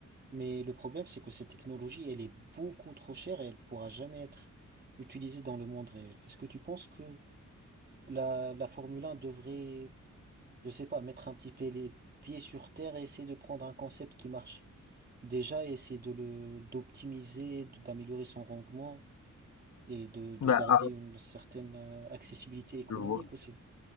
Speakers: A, on the right; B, on the left.
A: Mais le problème, c'est que cette technologie, elle est beaucoup trop chère et elle pourra jamais être utilisée dans le monde réel. Est-ce que tu penses que la, la Formule 1 devrait, je sais pas, mettre un petit peu les pieds sur terre et essayer de prendre un concept qui marche? Déjà, essayer de le, d'optimiser, de- d'améliorer son rendement et de, de
B: Bah,
A: garder
B: ah,
A: une certaine euh, accessibilité économique
B: je vois.
A: aussi.